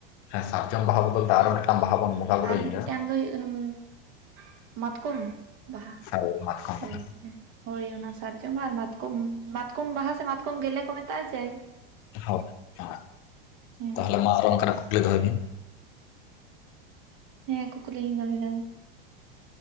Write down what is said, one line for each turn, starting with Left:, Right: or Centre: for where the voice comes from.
Left: ᱦᱮᱸ ᱥᱟᱨᱡᱚᱢ ᱵᱟᱦᱟ ᱵᱚᱞᱛᱮ ᱟᱨ ᱢᱤᱫᱴᱟᱱ ᱵᱟᱦᱟ ᱵᱚᱱ ᱵᱩᱨᱩᱭ
Right: ᱟᱨ ᱢᱤᱫᱴᱟᱝ
Left: ᱜᱮᱭᱟ
Right: ᱫᱚ ᱦᱩᱭᱩᱜ ᱠᱟᱱᱟ ᱾ ᱢᱟᱛᱠᱚᱢ ᱵᱟᱦᱟ
Left: ᱦᱳᱭ ᱢᱟᱛᱠᱚᱢ
Right: <unintelligible>
Left: ᱵᱟᱦᱟ᱾
Right: ᱦᱳᱭ ᱚᱱᱟ ᱥᱟᱨᱡᱚᱢ ᱢᱟ ᱟᱨ ᱢᱟᱛᱠᱚᱢ ᱢᱟᱛᱠᱚᱢ ᱵᱟᱦᱟ ᱥᱮ ᱢᱟᱛᱠᱚᱢ ᱜᱮᱞᱮ ᱠᱚ ᱢᱮᱛᱟᱜᱼᱟ ᱡᱟᱭᱼᱼ
Left: ᱦᱮ
Right: ᱦᱮᱸ
Left: ᱛᱟᱦᱚᱞᱮ ᱢᱟ ᱟᱨᱚ ᱚᱱᱠᱟᱱᱟᱜ ᱠᱩᱠᱞᱤ ᱫᱚᱦᱚᱭ ᱵᱤᱱ᱾
Right: ᱦᱮᱸ ᱠᱩᱠᱞᱤᱧ ᱫᱚᱟᱹᱭᱮᱫᱟ?